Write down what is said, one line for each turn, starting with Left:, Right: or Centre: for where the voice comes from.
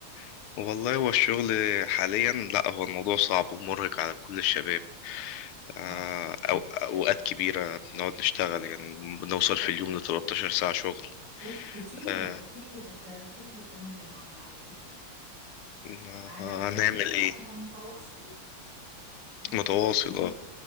Left: <clears throat> والله هو الشغل حاليا لا هو الموضوع صعب ومرهق على كل الشباب
Right: اه
Left: آه، أو أوقات كبيرة بنقعد نشتغل يعني بنوصل في اليوم ل 13 ساعة شغل
Right: اوف كتيرة
Left: آه،
Right: كتيرة ده ضد قانون العمل على فكرة
Left: ما
Right: على ك-
Left: هنعمل
Right: كتيرة
Left: ايه
Right: أنا متواصل اه
Left: متواصل اه